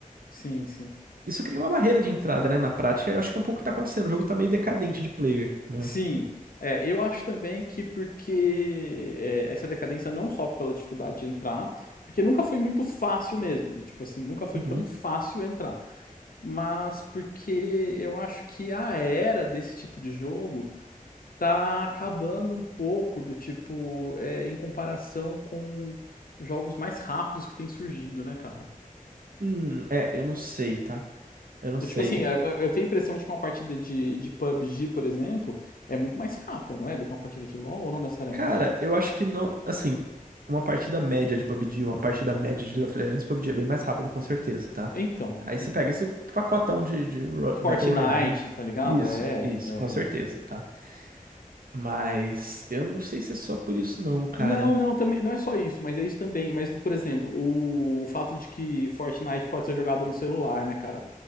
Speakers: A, on the left (about 80°); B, on the right (about 85°).
A: sim, sim.
B: Isso cria uma barreira de entrada, né? Na prática, eu acho que é um pouco o que tá acontecendo. O jogo tá meio decadente de player, né?
A: Sim, é, eu acho também que porque é, essa decadência não só pela dificuldade de entrar, porque nunca foi muito fácil mesmo, do tipo assim, nunca foi
B: Uhum.
A: tão fácil entrar, mas porque eu acho que a era desse tipo de jogo tá acabando um pouco do tipo, é, em comparação com jogos mais rápidos que têm surgido, né, cara?
B: Hum, é, eu não sei, tá? Eu não sei.
A: Do Tipo assim, eu eu tenho a impressão de que uma partida de, de PUBG, por exemplo, é muito mais rápida, não é? Do que uma partida de LoL, ou não necessariamente?
B: Cara, eu acho que não. Assim, uma partida média de PUBG, uma partida média de League of Legends, PUBG é bem mais rápido, com certeza, tá?
A: Então,
B: Aí você
A: então.
B: pega esse pacotão de, de Ro-
A: Fortnite,
B: Battle Royale, né?
A: tá ligado?
B: Isso,
A: É,
B: isso,
A: é-
B: com certeza,
A: é.
B: tá? Mas eu não sei se é só por isso, não, cara.
A: Não, não, também, não é só isso, mas é isso também. Mas, por exemplo, o, o fato de que Fortnite pode ser jogado no celular, né, cara?